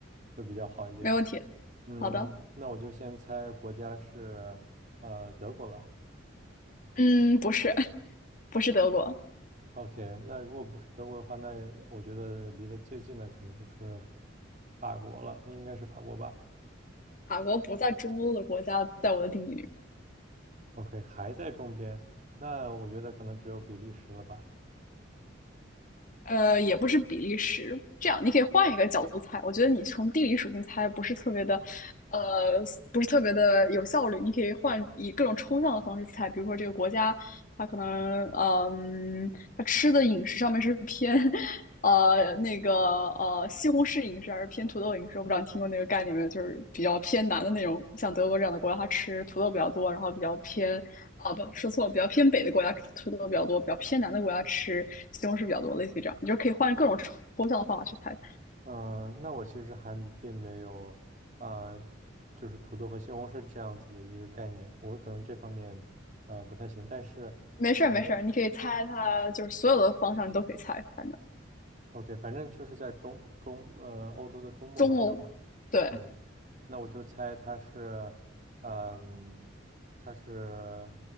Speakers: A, on the right (about 40°); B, on the left (about 40°).
A: 会比较好一点。
B: 没问题。
A: 嗯，
B: 好的，
A: 那我就先猜国家是，呃，德国吧。
B: 嗯，不是，<laughs> 不是德国，
A: OK，那如果不是德国的话，那也我觉得离得最近的可能就是法国了，那应该是法国吧
B: 法国不在中欧的国家，在我的定义里。
A: ？OK，还在中边，那我觉得可能只有比利时了吧。
B: 呃，也不是比利时。这样，你可以换一个角度猜。我觉得你从地理属性猜不是特别的，呃，不是特别的有效率。你可以换以各种抽象的方式猜，比如说这个国家，它可能，嗯，它吃的饮食上面是偏 <laughs> 呃，那个呃，西红柿饮食还是偏土豆饮食，我不知道你听过那个概念没有，就是比较偏南的那种，像德国这样的国家，它吃土豆比较多，然后比较偏啊，不，说错了，比较偏北的国家吃土豆比较多，比较偏南的国家吃西红柿比较多，类似于这样，你就可以换各种抽象的方法去猜。
A: 嗯，那我其实还并没有，呃，就是土豆和西红柿这样子的一个概念，我可能这方面呃不太行，但是
B: 没事儿，
A: 反正
B: 没事儿，你可以猜它，就是所有的方向你都可以猜，反正
A: OK，反正就是在中中呃欧洲的中部嘛，
B: 中欧，
A: 那我
B: 对，
A: 对，那我就猜它是，嗯，它是